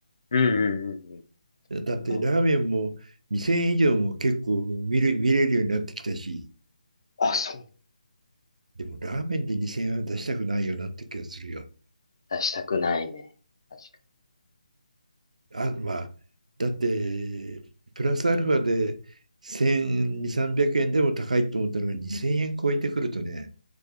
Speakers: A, on the left; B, on the right.
A: うんうんうん
B: だってラーメンも2000円以上も結構見る、
A: うん。
B: 見れるようになってきたし、
A: あ、そう。
B: でもラーメンで2000円は出したくないよなって気がするよ。
A: 出したくないね。確か
B: あ、まあ、だって、プラスアルファで1200、300円でも高いと思ったのが2000円超えてくるとね、